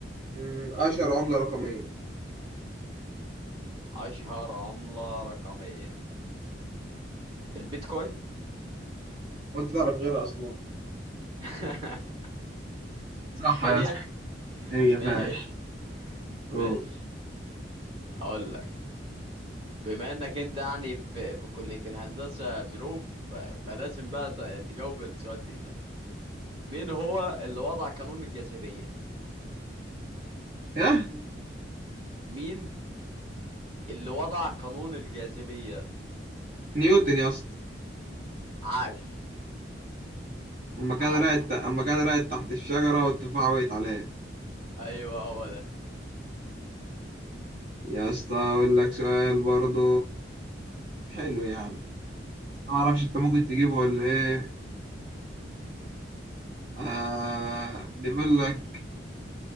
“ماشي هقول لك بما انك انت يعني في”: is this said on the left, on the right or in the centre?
Right